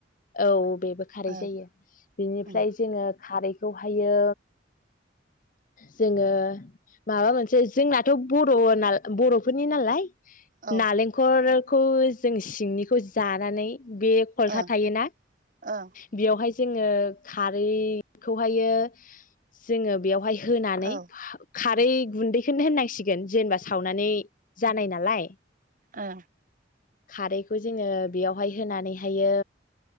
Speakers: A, on the left; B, on the right.
A: औ बेबो खारै
B: ओं
A: जायो बिनिफ्राय
B: उम
A: जोङो खारैखौहायो जोङो माबा मोनसे जोंनाथ' बर'ना बर'फोरनि नालाय।
B: औ
A: नालेंखर खौ जों सिंनिखौ जानानै बे खलथा
B: ओं
A: थायोना?
B: ओं
A: बेयावहाय जोङो खारैखौहायो जोङो बेयावहाय होनानै
B: औ ओं
A: खारै गुन्दैखौनो होननांसिग गोन जेनबा सावनानै जानाय ना लाय
B: ओ
A: खारैखौ जोङो बेयावहाय होनानैहायो